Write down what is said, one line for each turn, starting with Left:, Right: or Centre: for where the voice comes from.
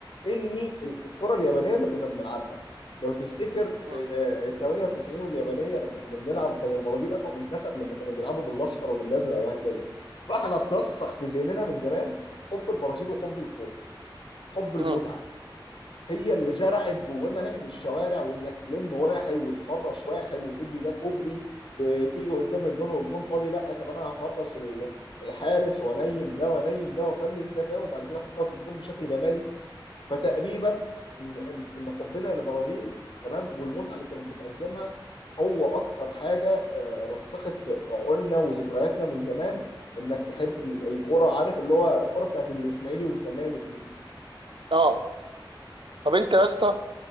Left: ان ال- الكره اليابانيه اللي كنا بنلعبها لو تفتكر
Right: امم
Left: ال 98 واليابانيه لما كنا بنلعب وكان البرازيل اقوى منتخب لما كانوا بيلعبوا بالاصفر وبالازرق وهكذا فاحنا اترسخ في ذهننا من زمان حب البرازيل وحب الكوره حب المتعه
Right: امم
Left: هي اللي زرعت جوانا لعب الشوارع وانك تلم واحد وتفرش واحد وتدي ده كوبري وتيجي قدام الجون والجون فاضي لا طب انا هفرش ال- الحارس وانيم ده وانيم ده وافلس ده فاهم وبعد كده احطها في الجون بشكل جمالي فتقريبا ان ان ان حبنا للبرازيل تمام والمتعه اللي كانت بتقدمها هو اكتر حاجه آه، رسخت في في عقولنا وذكرياتنا من زمان انك تحب ال- الكرة عارف اللي هو الكرة بتاعت الاسماعيلي والزمالك دي
Right: اه طب انت يا اسطى